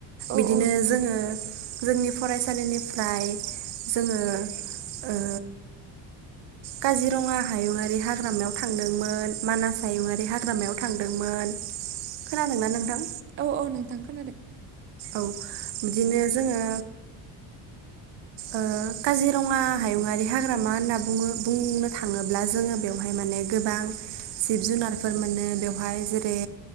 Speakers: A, on the right; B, on the right.
A: औ
B: बिदिनो
A: औ नोंथां
B: जोङो जोंनि फरायसालिनिफ्राय जोंङो ओ काजिरङा हायुङारि हाग्रामायाव थांदोंमोन मानास हायुङरारि बे हाग्रामायाव थांदोंमोन। खोनादोंना नोंथां
A: औ औ औ नोंथां खोनादों।
B: औ बिदिनो जोङो ओ काजिरङा हायुङारि हाग्रामा होनना बुङो बुंनो थाङोब्ला जोङो बेवहाय माने गोबां जिब जुनारफोर मोनो बेवहाय जेरै